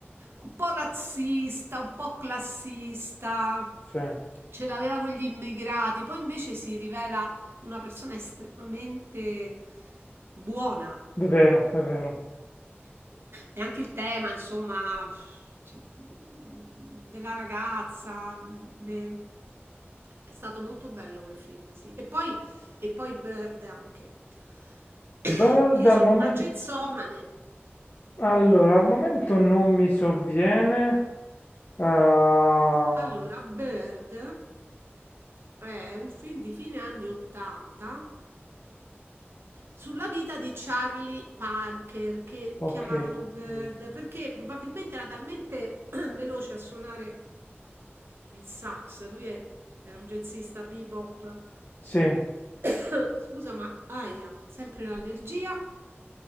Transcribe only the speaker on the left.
sì, è
vero, è vero.
Beh,
dal
momento...
Allora, al momento non mi sovviene. Ah,
ok,
sì.